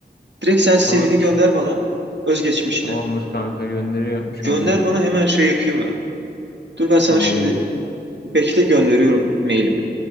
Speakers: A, on the right; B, on the left.
A: Direkt sen CV'ni
B: Aa
A: gönder
B: ç-
A: bana özgeçmişini.
B: tamamdır kanka gönderiyorum şu
A: Gönder
B: anda.
A: bana hemen şey yapayım ben. Dur ben sana
B: Tamamdır.
A: şimdi bekle gönderiyorum mailimi.